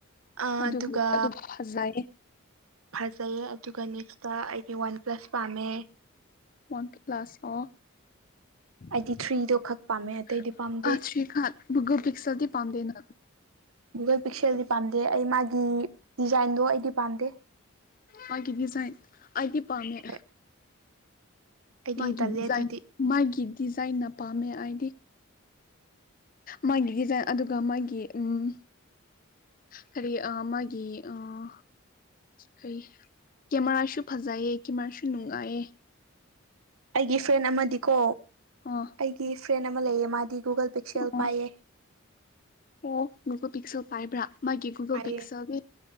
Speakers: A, on the right; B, on the left.
A: ꯑꯗꯨꯒ
B: ꯑꯗꯨꯕꯨ ꯑꯗꯨ ꯐꯖꯩꯌꯦ
A: ꯐꯖꯩꯌꯦ ꯑꯗꯨꯒ ꯅꯦꯛꯁꯇ ꯑꯩꯗꯤ ꯋꯥꯟ ꯄ꯭ꯂꯁ ꯄꯥꯝꯃꯦ
B: ꯋꯥꯟ ꯀ꯭ꯂꯥꯁ ꯑꯣ <unintelligible>
A: ꯑꯩꯗꯤ ꯊ꯭ꯔꯤꯗꯣ ꯈꯛ ꯄꯥꯝꯃꯦ ꯑꯇꯩꯗꯤ ꯄꯥꯝꯗꯦ
B: ꯒꯨꯒꯜ ꯄꯤꯛꯁꯜꯗꯤ ꯄꯥꯝꯗꯦ ꯅꯪ
A: ꯒꯨꯒꯜ ꯄꯤꯛꯁꯦꯜꯗꯤ ꯄꯥꯝꯗꯦ ꯑꯩ ꯃꯥꯒꯤ ꯗꯤꯖꯥꯏꯟꯗꯣ ꯑꯩꯗꯤ ꯄꯥꯝꯗꯦ
B: ꯃꯥꯒꯤ ꯗꯤꯖꯥꯏꯟ ꯑꯩꯗꯤ ꯄꯥꯝꯃꯦ
A: ꯍꯣꯏ ꯑꯩꯗꯤ
B: ꯃꯥꯒꯤ
A: ꯇꯜꯂꯦ
B: ꯗꯤꯖꯥꯏꯟ
A: ꯑꯗꯨꯗꯤ
B: ꯃꯥꯒꯤ ꯗꯤꯖꯥꯏꯟꯅ ꯄꯥꯝꯃꯦ ꯑꯥꯏꯗꯤ ꯃꯥꯒꯤ ꯗꯤꯖꯥꯏꯟ ꯑꯗꯨꯒ ꯃꯥꯒꯤ ꯎꯨ ꯀꯔꯤ ꯑꯥ ꯃꯥꯒꯤ ꯑꯥ ꯀꯩ ꯀꯦꯃꯦꯔꯥꯁꯨ ꯐꯖꯩꯌꯦ ꯀꯦꯃꯦꯔꯥꯁꯨ ꯅꯨꯡꯉꯥꯏꯌꯦ
A: ꯑꯩꯒꯤ ꯐ꯭ꯔꯦꯟ ꯑꯃꯗꯤꯀꯣ
B: ꯑꯣ
A: ꯑꯩꯒꯤ ꯐ꯭ꯔꯦꯟ ꯑꯃ ꯂꯩꯌꯦ ꯃꯥꯗꯤ ꯒꯨꯒꯜ ꯄꯤꯛꯁꯦꯜ
B: ꯑꯣ
A: ꯄꯥꯏꯌꯦ
B: ꯑꯣ ꯒꯨꯒꯣ ꯄꯤꯛꯁꯣ ꯄꯥꯏꯕ꯭ꯔꯥ ꯃꯥꯒꯤ ꯒꯨꯒꯣ
A: ꯄꯥꯏꯌꯦ
B: ꯄꯤꯛꯁꯒꯤ